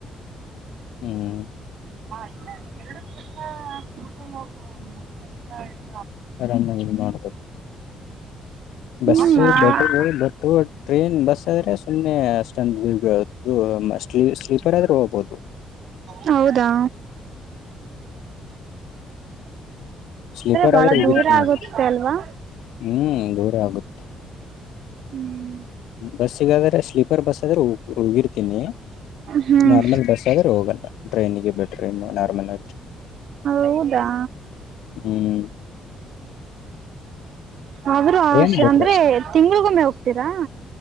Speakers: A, on the left; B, on the right.
A: ಹ್ಮ್
B: ಇಲ್ಲ ಎರಡು ಕೆಸ ಸ್ಕೂಟರ್ ಹೋಗುವ ಮೂ ಕೆಲಸ
A: ಆರಾಮ ಮಾಡಬೇಕು ಬಸ್
B: ಹ್ಮ್ ಆ
A: ಬಟ್ಟಗಳು ಬಟ್ಟು ಟ್ರೈನ್ ಬಸ್ ಆದ್ರೆ ಸುಮ್ಮನೆ ಅಷ್ಟೊಂದು ಬೀಳು ಸ್ಲೀಪರ್ ಆದ್ರೂ ಹೋಗ್ಬಹದು
B: ಹೌದಾ
A: ಸ್ಲೀಪರ್
B: ಬಹಳ
A: ಆದ್ರೆ ಹೋಗಿರುತ್ತೀ
B: ದೂರ
A: ನಾನು
B: ಆಗುತ್ತೆ ಅಲ್ವಾ
A: ಹ್ಮ್ ದೂರ ಆಗುತ್ತೆ
B: ಹ್ಮ್
A: ಬಸ್ ಸಿಗಾದ್ರೆ ಸ್ಲೀಪರ್ ಬಸ್ ಆದ್ರೆ ಹೋಗಿರ್ತೀನಿ
B: ಹ್ಮ್
A: ನಾರ್ಮಲ್ ಬಸ್ ಆದ್ರೆ ಹೋಗ ಟ್ರೈನ್ ಟ್ರ ನಾರಲ್
B: ಹೌದಾ
A: ಹ್ಮ್
B: ಆದ್ರೂ ಆ
A: ಟ್ರೈನ್ ಬೆಟರ್
B: ಅಂದ್ರೆ ತಿಂಗಳಿಗೊಮ್ಮೆ ಹೋಗ್ತೀರಾ